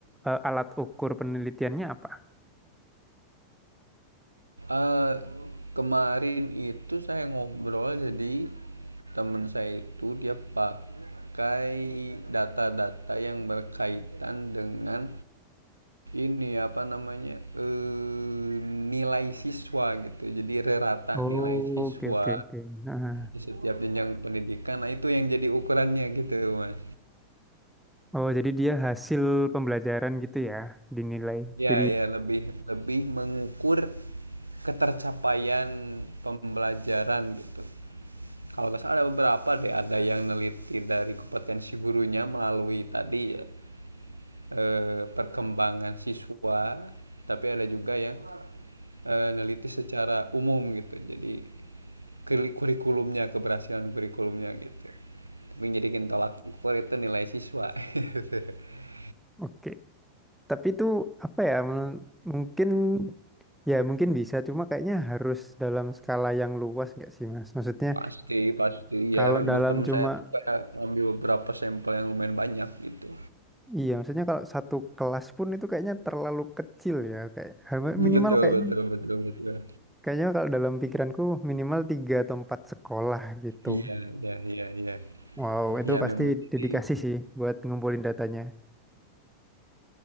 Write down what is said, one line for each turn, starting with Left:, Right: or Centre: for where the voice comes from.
Centre: eh, alat ukur penelitiannya apa?
Right: Eh, kemarin itu saya ngobrol jadi temen saya itu dia pakai data-data yang berkaitan dengan ini apa namanya eh, nilai siswa gitu. Jadi rata
Centre: Oh,
Right: nilai siswa
Centre: oke, oke, oke. Nah,
Right: di setiap jenjang pendidikan. Nah itu yang jadi ukurannya gitu mas.
Centre: oh, jadi dia hasil pembelajaran gitu ya, dinilai.
Right: Ya,
Centre: Jadi,
Right: ya lebih lebih mengukur ketercapaian pembelajaran gitu. Kalau nggak salah ada beberapa deh, ada yang neliti dari kompetensi gurunya melalui tadi ya eh, perkembangan siswa, tapi ada juga yang eh, neliti secara umum gitu. Jadi kuri- kurikulumnya keberhasilan kurikulumnya gitu. Tapi jadi tolak ukur itu nilai siswa. <laughs>
Centre: oke. Tapi itu apa ya? men- Mungkin ya mungkin bisa cuma kayaknya harus dalam skala yang luas nggak sih Mas? Maksudnya
Right: Pasti, pasti.
Centre: kalau
Right: Ya, memang
Centre: dalam
Right: teman
Centre: cuma
Right: saya tuh kayak ngambil beberapa sampel yang lumayan banyak gitu.
Centre: iya maksudnya kalau satu kelas pun itu kayaknya terlalu kecil ya kayak har-
Right: <laughs>
Centre: minimal
Right: Betul,
Centre: kayaknya
Right: betul, betul, betul.
Centre: kayaknya kalau dalam pikiranku minimal tiga atau empat sekolah gitu.
Right: Iya, iya, iya, iya.
Centre: Wow, itu
Right: Ya
Centre: pasti
Right: memang jadi
Centre: dedikasi sih buat ngumpulin datanya.